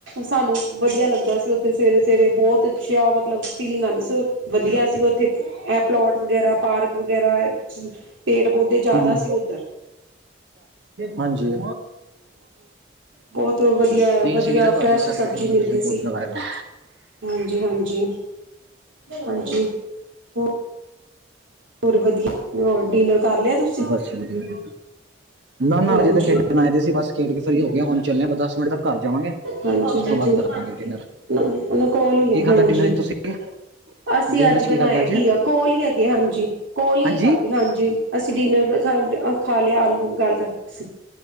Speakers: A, on the right; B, on the right.
A: ਸਾਨੂੰ ਵਧੀਆ ਲੱਗਦਾ ਸੀ ਔਥੇ ਸਵੇਰੇ-ਸਵੇਰੇ ਬੌਤ ਅੱਛਾ ਮਤਲਬ ਫੀਲਿੰਗ ਆਂਦੀ ਸੀ। ਵਧੀਆ ਸੀ ਔਥੇ ਐ ਪਲੋਟ ਵਗੈਰਾ, ਪਾਰਕ ਵਗੈਰਾ। ਐ ਪੇੜ ਪੌਦੇ
B: ਹਮ
A: ਜੈਦਾ
B: ਹਮ
A: ਸੀ ਔਧਰ।
B: ਹਾਂਜੀ।
A: ਬੌਤ ਵਧੀਐ,
B: ਨਹੀਂ
A: ਵਧੀਆ
B: ਅਸੀਂ ਵੀ ਨਾ
A: ਫਰੈਸ਼
B: ਘਰ ਦੇ ਛੱਤ
A: ਸਬਜ਼ੀ
B: ਤੇ ਗਮਲੇ
A: ਮਿਲਦੀ ਸੀ।
B: ਬਹੁਤ ਲਗਾਏ ਹੋਏ ਨੇ।
A: ਹਾਂਜੀ ਹਾਂਜੀ, ਹਾਂਜੀ। ਹੋ ਹੋਰ ਵਧੀਆ, ਹੋਰ ਡਿਨਰ ਕਰ ਲਿਆ ਤੁਸ
B: ਬਸ ਚ ਲਗੇ ਲੈਗੇ, ਨਾ-ਨਾ
A: ਹਾਂਜੀ
B: ਹਜੇ ਤੇ ਖੇਡਣ ਆਏ ਦੇ ਸੀ ਬਸ। ਖੇਡ ਕੇ ਫਰੀ ਹੋ ਗਿਆ, ਹੁਣ ਚੱਲਿਆ ਦਸ ਮਿੰਟ ਤੱਕ। ਘਰ ਜਾਵਾਂਗੇ
A: ਹਾਂਜੀ
B: ਉਸ ਤੋਂ ਬਾਅਦ ਕਰਾਂਗੇ
A: ਹਾਂਜੀ,
B: ਡਿਨਰ
A: ਔਨਾਂ ਕੋਲ ਈ ਏ,
B: ਕੀ ਖਾਧਾ
A: ਹਾਂਜੀ।
B: ਡਿਨਰ 'ਚ ਤੁਸੀਂ
A: ਅਸੀਂ
B: ਡਿਨਰ
A: ਅੱਜ
B: 'ਚ
A: ਬਣਾਇਆ
B: ਕੀ ਖਾਧਾ ਅੱਜ
A: ਘੀਆ। ਕੋਲ ਹੀ ਹੈਗੇ ਹਾਂਜੀ ਕੋਲ
B: ਹਾਂਜੀ
A: ਹੀ ਏ ਚਾਬੀ, ਹਾਂਜੀ। ਅਸੀਂ ਡਿਨਰ ਖਾ ਖਾ ਲਿਆ ਆਲੂ ਗਾਲ ਕਰ। ਸੀ